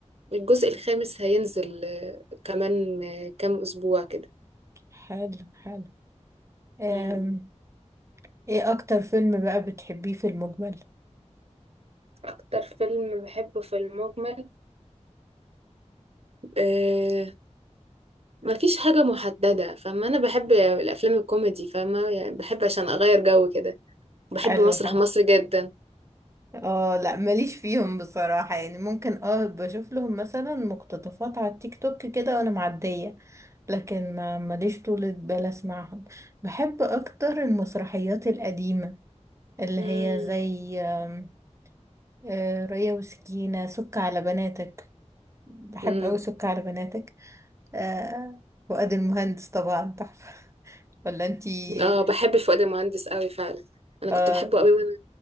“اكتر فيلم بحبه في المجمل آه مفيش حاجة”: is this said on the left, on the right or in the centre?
Right